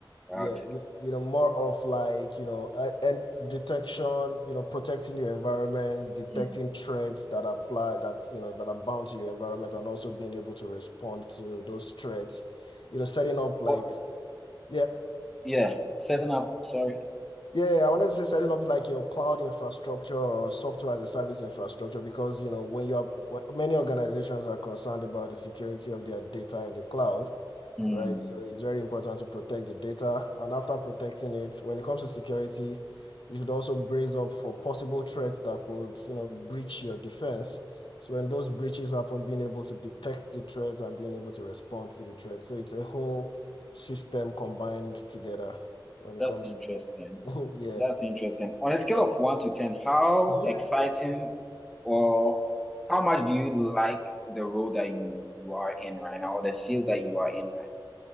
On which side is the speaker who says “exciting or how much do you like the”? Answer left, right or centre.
Centre